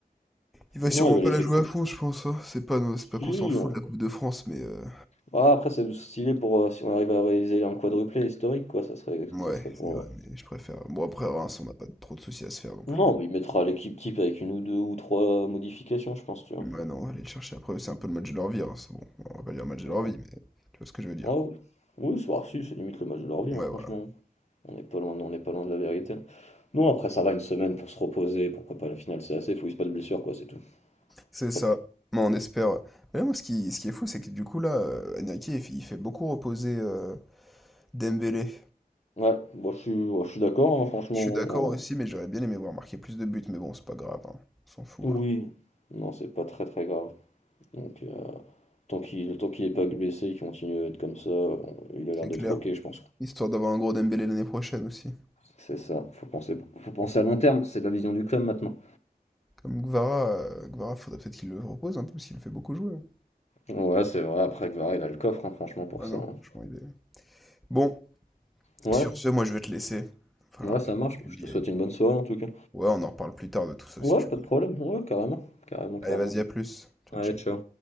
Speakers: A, in the centre; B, on the left.
A: Il va sûrement
B: Non, il va
A: pas
B: laisser
A: la jouer
B: que
A: à fond, je pense. hein. C'est pas, nos- c'est pas
B: si,
A: qu'on s'en fout
B: on-
A: de la Coupe de France, mais. euh,
B: Ah, après, c'est stylé pour euh, si on arrive à réaliser un quadruplé historique, quoi, ça serait,
A: Ouais,
B: ça serait
A: c'est
B: pour,
A: vrai,
B: euh,
A: mais je préfère. Bon, après, Reims, on n'a pas trop de soucis à se faire non plus.
B: Non, mais il mettra l'équipe type avec une ou deux ou trois modifications, je pense, tu vois.
A: Ouais, non, on va aller le chercher après. C'est un peu le match de leur vie, hein. c'est Bon, on va pas dire le match de
B: Ouais.
A: leur vie, mais tu vois ce que je veux dire,
B: Ah
A: quoi.
B: oui, oui, c'est bah, si, c'est limite le match de leur vie, hein,
A: Ouais,
B: franchement.
A: voilà.
B: On n'est pas loin, on n'est pas loin de la vérité. Non, après ça va une semaine pour se reposer, pour préparer la finale, c'est assez, faut qu'il se passe de blessure, quoi, c'est tout.
A: C'est ça.
B: Ouais,
A: Mais on espère. Mais là, moi, ce qui, ce qui est fou, c'est que du coup, là, euh, Enrique, il fait, il fait beaucoup reposer euh, Dembélé.
B: ouais, bon, je suis, ouais, je suis d'accord, hein, franchement.
A: Je suis d'accord aussi, mais j'aurais bien aimé voir marquer plus de buts, mais bon, c'est pas grave, hein. On s'en fout.
B: euh, oui, non, c'est pas très très grave. Donc, euh, tant qu'il tant qu'il est pas blessé, qu'il continue à être comme ça, on- il a l'air
A: C'est
B: d'être
A: clair.
B: ok, je pense.
A: Histoire d'avoir un gros Dembélé l'année prochaine aussi.
B: C'est ça, faut penser, faut penser à long terme, c'est de la vision du club maintenant.
A: Comme Gvara, euh, Guevara, faudrait peut-être qu'il le repose un peu, parce qu'il le fait beaucoup jouer. hein.
B: Ouais, c'est vrai, après Guevara, il a le coffre, hein, franchement, pour
A: Ouais,
B: ça.
A: non, franchement,
B: hein.
A: il est... Bon,
B: Ouais,
A: sur ce, moi, je vais te laisser. Va falloir
B: ouais, ça
A: que,
B: marche.
A: que
B: Je
A: j'y
B: te souhaite
A: aille.
B: une bonne soirée en tout cas.
A: Ouais, on en reparle plus tard de tout ça,
B: Ouais,
A: si tu
B: pas
A: veux.
B: de problème, ouais, carrément, carrément,
A: Allez,
B: carrément.
A: vas-y, à plus. Ciao,
B: Allez,
A: ciao.
B: ciao.